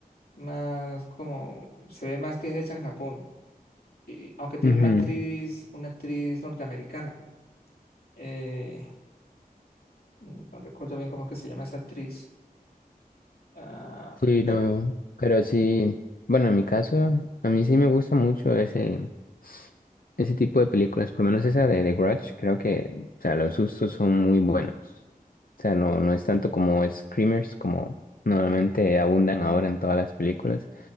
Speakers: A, on the left; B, on the left.
A: más como, se ve más que es hecha en Japón. Y, aunque tiene
B: Ujú.
A: una actriz, una actriz norteamericana. Eh, no recuerdo bien cómo es que se llama esa actriz. Ah,
B: Sí,
A: pe-
B: no, pero sí, bueno, en mi caso, a mí sí me gusta mucho ese, ese tipo de películas, por lo menos esa de The Grudge, creo que, o sea, los sustos son muy buenos. O sea, no, no es tanto como screamers, como normalmente abundan ahora en todas las películas.